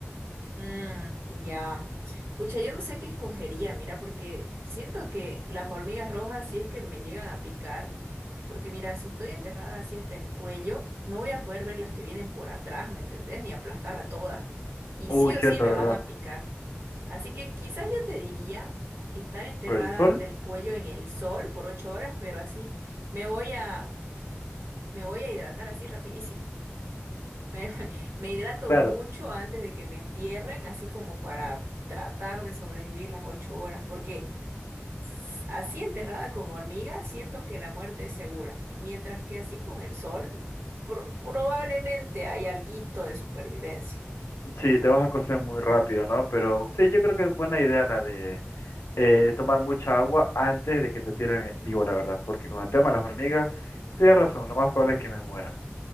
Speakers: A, on the right; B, on the left.
A: Mm, ya. Pucha, yo no sé qué escogería, mira, porque siento que las hormigas rojas, si es que me llegan a picar, porque mira, si estoy enterrada así hasta el cuello, no voy a poder ver las que vienen por atrás, ¿me entendés? Ni aplastar a todas. Y
B: Uy,
A: sí o
B: cierto,
A: sí me
B: ¿verdad?
A: van a picar. Así que quizás yo te diría estar enterrada
B: Por el sol,
A: hasta el cuello en el sol por ocho horas, pero así me voy a, me voy a hidratar así rapidísimo. Me, <laughs> me hidrato
B: claro,
A: mucho antes de que me entierren, así como para tratar de sobrevivir las ocho horas, porque s- así enterrada con hormigas siento que la muerte es segura, mientras que así con el sol pro- probablemente hay alguito de supervivencia.
B: sí, te vas a cocer muy rápido, ¿no? Pero sí, yo creo que es buena idea la de eh, tomar mucha agua antes de que te tiren vivo, la verdad, porque con el tema de las hormigas, tienes razón, lo más probable es que me muera.